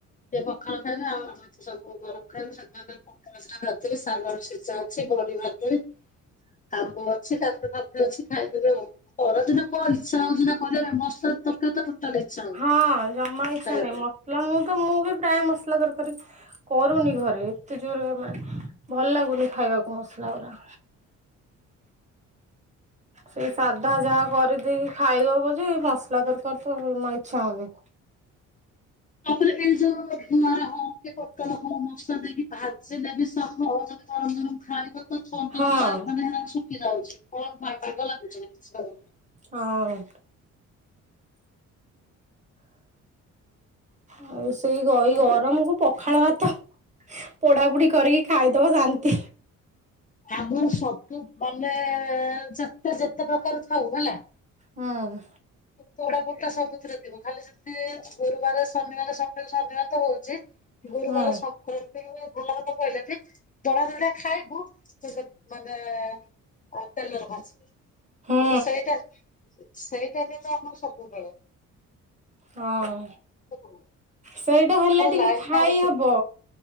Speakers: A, on the left (about 25°); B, on the right (about 25°).
A: ସେ ପଖାଳ ଖାଇବ। ଆଉ ସବୁ ଗରମ ଖାଇବୁ <unintelligible> <unintelligible> ଖାଉଥିଲେ ସାନର ସିଝା ଅଛି ବଡି ଭାଜି। ଆମ୍ବ ଅଛି କାକୁଡ଼ି ଫାକୁଡି ଅଛି ଖାଇଦେବେ ଆଉ ଖରାଦିନ ମୋ ଇଚ୍ଛା ହଉଛିନା କରିବା ପାଇଁ ମସଲା ତରକାରୀ ଟୋଟାଲ ତ ଇଚ୍ଛା ହଉନି
B: ହଁ ଜମା ଇଚ୍ଛା
A: ଖାଇବା
B: ନାହିଁ
A: ପାଇଁ।
B: ମସଲା ମୁଁ ତ ମୁଁ ବି ପ୍ରାୟ ମସଲା ତରକାରୀ କରୁନି ଘରେ ଏତେ ଜୋର ମାନେ ଭଲ ଲାଗୁନି ଖାଇବାକୁ ମସଲା ଗୁରା। ସେଇ ସାଧା ଯାହା କରିଦେଇକି ଖାଇଦବ ପଛେ ମସଲା ତରକାରୀ ତ ଜମା ଇଚ୍ଛା ହଉନି।
A: ତାପରେ ଏଇ ଯୋଉ ଧୁଆର ହଉ କି ପଟଳ ହଉ ମସା ଦେବି ଭାଜି ଦେବି <unintelligible> ଗରମ ଗରମ ଖାଇବା ତ ଥଣ୍ଡା
B: ହଁ
A: ହେଇ ହେଲା ମାନେ ହେରା ଶୁଖି ଯାଉଛି କଣ ବାଗ ଲାଗୁଛି ବାଗନି।
B: ହଁ। ଆଉ ସେଇ ଏଇ
A: ଲାଗୁନି।
B: ଗରମକୁ ପଖାଳ ଭାତ। ପୋଡା ପୋଡି କରିକି ଖାଇଦବ ଶାନ୍ତି।
A: ଆମର ସବୁ ମାନେ ଯା ତ ଯେତେ ପ୍ରକାର ଥାଉ ହେଲା।
B: ହଁ।
A: ପୋଡା ପୁଡ଼ି ଟା ସବୁଥିରେ ଥି ଖାଲି ସେମିତି ଗୁରୁବାର ଶନିବାର ସ ଶନିବାର ତ ହଉଛି ଗୁରୁବାର
B: ହୁଁ
A: ସ <unintelligible> ଖାଇଲେ ବି ଦଳା ଦଳା ଖାଇବୁ ମାନେ। ଆ ତେଲରେ ଭାଜିକି
B: ହୁଁ
A: <unintelligible> ସେଇଟା ସେ ଆମର ସବୁବେଳେ
B: ହଁ
A: <unintelligible>
B: ସେଇଟା ହେଲେ ଟିକେ
A: ଲାଇନ
B: ଖାଇ
A: ମାରୁଛି
B: ହବ।